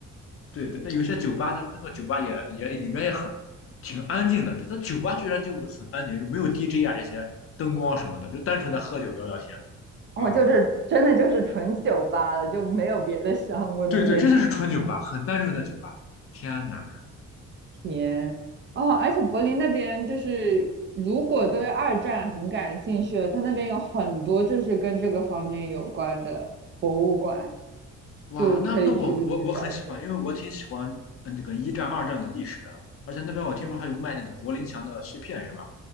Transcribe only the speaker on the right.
哦，
就是真的就是纯酒吧了，就没有别的项目的那种。
天，哦，而且柏林那边就是，如果对二战很感兴趣的，他那边有很多就是跟这个方面有关的博物馆，
就可以去去了解。